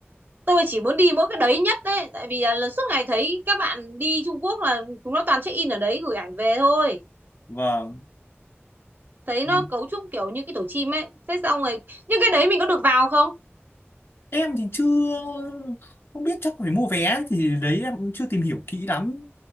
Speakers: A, on the right; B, on the left.
A: Tôi chỉ muốn đi mỗi cái đấy nhất đấy, tại vì là, là suốt ngày thấy các bạn đi Trung Quốc là chúng nó toàn check in ở đấy gửi ảnh về thôi.
B: vâng
A: Thấy
B: Thì
A: nó cấu trúc kiểu như cái tổ chim ấy. Thế xong rồi, nhưng cái đấy mình có được vào không?
B: em thì chưa không biết chắc phải mua vé thì đấy em cũng chưa tìm hiểu kỹ lắm